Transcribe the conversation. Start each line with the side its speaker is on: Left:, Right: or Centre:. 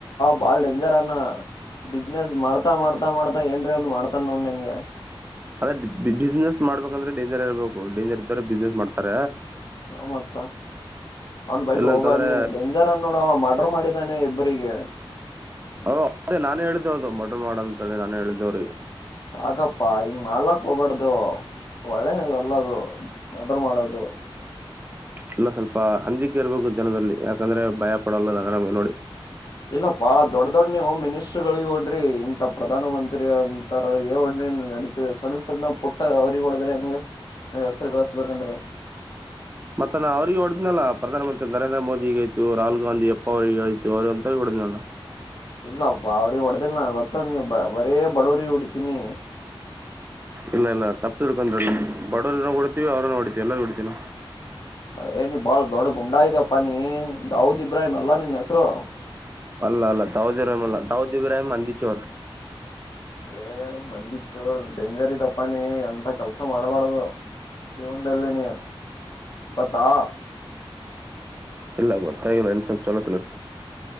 Left: ಬಾಳ್ ಡೇಂಜರ್ ಅನ ಬಿಸ್ನೆಸ್ ಮಾಡ್ತಾ ಮಾಡ್ತಾ ಮಾಡ್ತಾ ಏನ್ರಿ ಒಂದು ಮಾಡ್ತಾನ ನೋಡ ನನ್ಗೆ
Right: ಅದೇ ಬಿಸ್ನೆಸ್ ಮಾಡ್ಬೇಕಂದ್ರೆ ಡೇಂಜರ್ ಇರಬೇಕು ಡೇಂಜರ್ರೆ ಬಿಸ್ನೆಸ್ ಮಾಡ್ತಾರ
Left: ಹ ಮತ್ತ ಅವ್ನ್ ಬೈಲಿ
Right: ಇಲ್ಲಾಂತಂದ್ರೆ
Left: ಹೋಗಬಾಡನಿ ಡೇಂಜರ್ ಅ ನೋಡುವ ಮರ್ಡ್ರ ಮಾಡಿದಾನೆ ಇಬ್ಬರಿಗೆ
Right: ಹ ಅದೇ ನಾನೇ ಹೇಳಿದ್ದೆವು ಅದು ಮಡ್ರ ಮಾಡ ಅಂತ ಹೇಳಿ ನಾನೇ ಹೇಳಿದ್ದವ್ರೀ
Left: ಯಾಕಪ್ಪಾ ಹಿಂಗ್ ಮಾಡ್ಲಾಕ್ ಹೋಗ್ಬಾರ್ದು ಒಳ್ಳೆಲ್ಲದು ಮಡರ್ ಮಾಡದು
Right: ಇಲ್ಲ ಸ್ವಲ್ಪ ಹಂಜಿಕೆ ಇರ್ಬೇಕು ಜನದಲ್ಲಿ ಯಾಕಂದ್ರೆ ಭಯ ಪಡಲ್ಲಲ್ಲಂದ್ರ ನಮಗೆ ನೋಡಿ
Left: ಇಲ್ಲಪ್ಪಾ ದೊಡ್ಡ ದೊಡ್ಡನೇ ಹೋಮ್ ಮಿನಿಸ್ಟ್ರಗಳಿಗೆ ಹೊೋಡ್ರಿ ಇಂತಥ ಪ್ರಧಾನ ಮಂತ್ರಿ ಸ ನಡೀತ ಸಣನ್ ಸಣ್ಣ ಪುಟ್ಟ ಅವ್ರಿಗೆ ಹೊ ಡದ್ರೆ ಹಂಗ ನೀ್ ಹೆಸರು ಕಳಿಸಸ್ಬೇಕಂದ್ರೆ
Right: ಮತ್ತೆ ನ ಅವರಿಗೆಗ ಹೊಡೆದ್ನಲ್ಲ ಪ್ರಧಾನಮಂತ್ರಿರೇಂದ್ರ ಮೋದಿಗ ಆಯತು ರಾಹುಲ್ ಗಾಂಧಿಪ್ಪ ಅವರಿಗೆಗ ಆಯತು ಅವರುಂತ ಹೊಡೆ್ದ್ನಲ್ಲ
Left: ಇಲ್ಲಪ್ಪ ಅವ್ರಿಗೆ ಹೊಡ್ದಿಲ್ಲ ನ ಗೊತ್ತಾದ ನೀ ಬರೇ ಬಡವ್ರ ಹೊಡತೀನಿ
Right: ಇಲ್ಲ ಇಲ್ಲ ತಪ್ಪರ್ಕಂದ್ರಲ್ಲ ಬಡವ ನೋಡಡ್ತಿೀ ಅವ್ರ ನೋ ಹೊಡಿತೀವಿ ಎಲ್ಲಾರೂ ಕುಡತೀನ
Left: ಯಏ ನೀ ಬಾಳ ದೊಡ್ಡ ಗುಂಡಾ ಇದಪ್ಪ ನೀ ದೌದ್ ಇಬ್ರಾಹಿಂ ಅಲ್ಲಾ ನಿನ್ ಹೆಸರು
Right: ಅಲ್ಲ ಅಲ್ಲ ತೌದ ಇಬ್ರಾಿ ಅಲ್ಲ ತೌದ್ ಇಬ್ರಾಿಮ ಅಂದಿಚೋರ್
Left: ಏ ಮಂದಿ ಚೋರ್ ಡೇಂಜರ್ ಇದಪ್ಪಾನ ಅಂತ ಕೆಲ್ಸ ಮಾಡ್ಬಾರಡ್ದು ಜೀವನದಲ್ಲಿ ನೀನು ಬತ್ತಾ
Right: ಇಲ್ಲ ಗೊತ್ತಾಗಿ ನ ಇನ್ ಸ್ವಲ್ಪ ಚಲೋ ತಿಲಸ